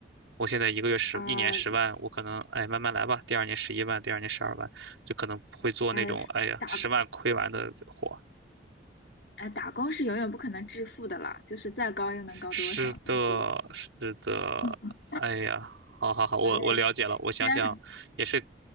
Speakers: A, on the right; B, on the left.
A: 我现在一个月十，
B: 啊，
A: 一年十万，我可能哎慢慢来吧，第二年十一万，第二年十二万，就可能会做那种哎呀十万亏完的活
B: 哎，打哎打工是永远不可能致富的啦，就是再高又能高多少呢？
A: 是的，是的，
B: <laughs> 对吧？嗯
A: 哎呀，好好好，我我了解了，
B: 好嘞，
A: 我想想也是，
B: 今天很